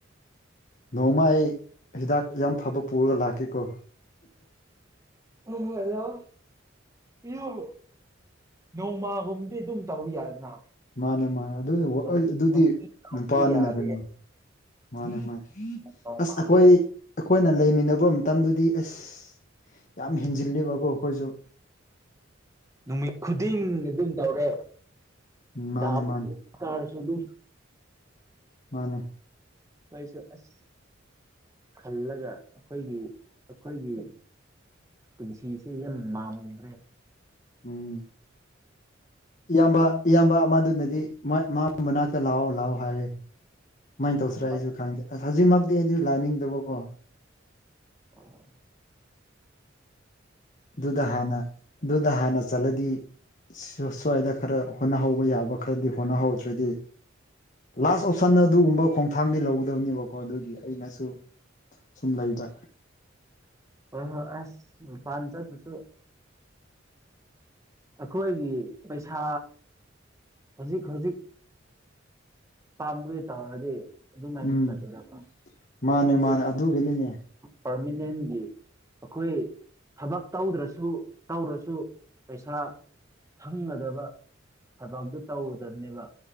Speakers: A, on the left; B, on the right.
A: ꯅꯣꯡꯃ ꯑꯩ ꯍꯤꯗꯥꯛ ꯌꯥꯝ ꯐꯕ ꯄꯨꯔꯒ ꯂꯥꯛꯀꯦꯀꯣ
B: <unintelligible> <unintelligible> ꯅꯣꯡꯃꯒꯨꯝꯕꯗꯤ ꯑꯗꯨꯝ ꯇꯧꯕ ꯌꯥꯏꯗꯅ
A: ꯃꯥꯅꯦ ꯃꯥꯅꯦ ꯑꯗꯨ ꯋꯥ
B: ꯅꯣꯡ
A: ꯑꯗꯨꯗꯤ
B: ꯅꯨꯡꯇꯤ ꯇꯧꯕꯗꯤ
A: ꯅꯨꯄꯥꯅꯤꯅ
B: ꯌꯥꯗꯦ
A: ꯀꯩꯅꯣ ꯃꯥꯅꯦ ꯃꯥꯅꯦ
B: ꯅꯣꯡꯃꯗꯤ
A: ꯑꯁ ꯑꯈꯣꯏ ꯈꯣꯏꯅ ꯂꯩꯃꯤꯟꯅꯕ ꯃꯇꯝꯗꯨꯗꯤ ꯑꯁ ꯌꯥꯝ
B: ꯎꯝ
A: ꯍꯦꯟꯖꯤꯜꯂꯦꯕꯀꯣ ꯈꯣꯏꯖꯨ
B: ꯅꯨꯃꯤꯠ ꯈꯨꯗꯤꯡꯒꯤ ꯑꯗꯨꯝ ꯇꯧꯔꯦ
A: ꯎꯝ ꯃꯥꯅꯦ
B: ꯗꯥꯎ
A: ꯃꯥꯅꯦ
B: <unintelligible> ꯑꯗꯨꯝ
A: ꯃꯥꯅꯦ
B: ꯑꯩꯁꯦ ꯑꯁ ꯈꯜꯂꯒ ꯑꯈꯣꯏꯒꯤ ꯑꯈꯣꯏꯒꯤ ꯄꯨꯟꯁꯤꯁꯦ ꯌꯥꯝ ꯃꯥꯎꯟꯒ꯭ꯔꯦ
A: ꯎꯝ ꯏꯌꯥꯝꯕ ꯏꯌꯥꯝꯕ ꯑꯃꯗꯨꯅꯗꯤ ꯃꯥ ꯃꯥꯏꯃꯅꯥꯛꯇ ꯂꯥꯛꯑꯣ ꯂꯥꯛꯑꯣ ꯍꯥꯏꯌꯦ ꯀꯨꯃꯥꯏꯅ ꯇꯧꯁꯤꯔ
B: ꯑꯗꯨ
A: ꯑꯩꯁꯨ ꯈꯪꯗꯦ ꯑꯁ ꯍꯧꯖꯤꯛꯃꯛꯇꯤ ꯑꯩꯗꯤ ꯂꯥꯛꯅꯤꯡꯗꯕꯀꯣ
B: ꯑꯣ
A: ꯑꯗꯨꯗ ꯍꯥꯟꯅ ꯑꯗꯨꯗ ꯍꯥꯟꯅ ꯆꯠꯂꯗꯤ ꯁꯨ ꯁ꯭ꯋꯥꯏꯗ ꯈꯔ ꯍꯣꯠꯅꯍꯧꯕ ꯌꯥꯕ ꯈꯔꯗꯤ ꯍꯣꯠꯅꯍꯧꯗ꯭ꯔꯗꯤ ꯂꯥꯁ ꯑꯣꯞꯁꯟꯗ ꯑꯗꯨꯒꯨꯝꯕ ꯈꯣꯡꯊꯥꯡꯗꯤ ꯂꯧꯒꯗꯕꯅꯦꯕꯀꯣ ꯑꯗꯨꯒꯤ ꯑꯩꯅꯁꯨ ꯁꯨꯝ ꯂꯩꯕ
B: ꯍꯣꯏ ꯍꯣꯏ ꯑꯁ ꯃꯄꯥꯟ ꯆꯠꯄꯁꯨ ꯑꯈꯣꯏꯒꯤ ꯄꯩꯁꯥ ꯍꯧꯖꯤꯛ ꯍꯧꯖꯤꯛ ꯇꯥꯝꯒꯦ ꯇꯧꯔꯗꯤ ꯑꯗꯨꯝꯃꯥꯏꯅ
A: ꯎꯝ
B: ꯆꯠꯀꯗꯕ
A: ꯃꯥꯅꯦ
B: ꯑꯗꯨꯒ
A: ꯃꯥꯅꯦ ꯑꯗꯨꯒꯤꯅꯤꯅꯦ
B: ꯄꯥꯔꯃꯤꯅꯦꯟꯒꯤ ꯑꯈꯣꯏ ꯊꯕꯛ ꯇꯧꯗ꯭ꯔꯁꯨ ꯇꯧꯔꯁꯨ ꯄꯩꯁꯥ ꯐꯪꯒꯗꯕ ꯊꯕꯛꯇꯨ ꯇꯧꯒꯗꯝꯅꯦꯕ